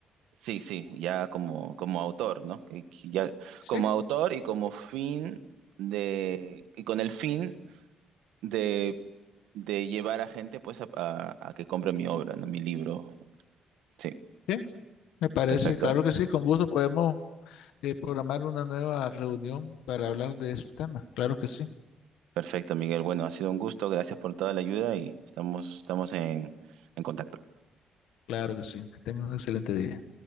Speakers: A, on the right; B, on the left.
A: Sí, sí, ya como, como autor, ¿no? Que- que Ya,
B: Sí,
A: como autor y como fin de, y con el fin de, de llevar a gente pues a, a- a que compre mi obra, ¿no? Mi libro. Sí,
B: sí, me parece,
A: perfecto.
B: claro que sí, con gusto podemos eh, programar una nueva reunión para hablar de esos temas. Claro que sí,
A: Perfecto, Miguel. Bueno, ha sido un gusto. Gracias por toda la ayuda y estamos, estamos en en contacto.
B: claro que sí. Que tengan un excelente día.